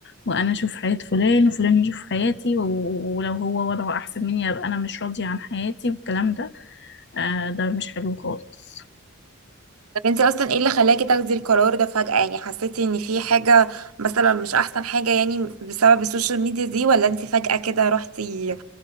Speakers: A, on the left; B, on the right.
A: وانا اشوف حياة فلان وفلان يشوف حياتي و- ولو هو وضعه احسن مني ابقى انا مش راضية عن حياتي والكلام ده آه ده مش حلو خالص
B: طب انت أصلا ايه اللي خلاكي تاخدي القرار ده فجأة يعني حسيتي ان في حاجة مثلا مش أحسن حاجة يعني بسبب السوشيال ميديا دي ولا انت فجأة كده رحتي